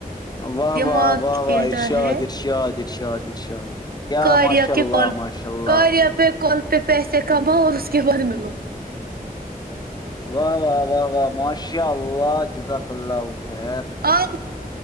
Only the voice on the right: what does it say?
دماغ
کہتا
ہے
کاریا
کے کال
کاریا پہ کال پہ پیسے کماؤ اور اس کے بعد ملو
آپ